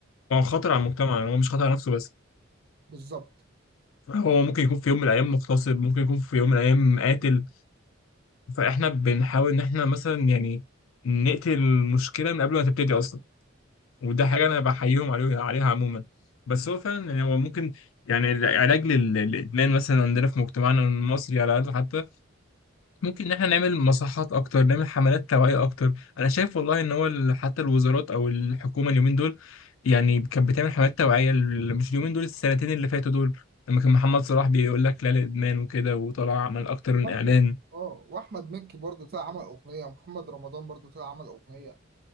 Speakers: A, on the left (about 70°); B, on the right (about 50°).
A: هو خطر على المجتمع يعني هو مش خطر على نفسه بس
B: بالظبط
A: هو ممكن يكون في يوم من الايام مغتصب ممكن يكون في يوم من الايام قاتل فاحنا بنحاول ان احنا مثلا يعني نقتل المشكله من قبل ما تبتدي اصلا وده
B: دي
A: حاجه
B: حقيقة
A: انا بحييهم عليه عليها عموما بس هو فعلا يعني هو ممكن يعني العلاج لل- للادمان مثلا عندنا في مجتمعنا المصري على الاقل حتى ممكن ان احنا نعمل مصحات اكتر نعمل حملات توعية اكتر انا شايف والله ان هو ال- حتى الوزارات او الحكومة اليومين دول يعني كانت بتعمل حملات توعية ال- مش اليومين دول السنتين اللي فاتوا دول لما كان محمد صلاح بيقول لك لا للادمان وكده وطلع عمل اكتر من
B: برضو
A: اعلان
B: اه واحمد مكي برضو طلع عمل اغنية ومحمد رمضان برضو طلع عمل اغنية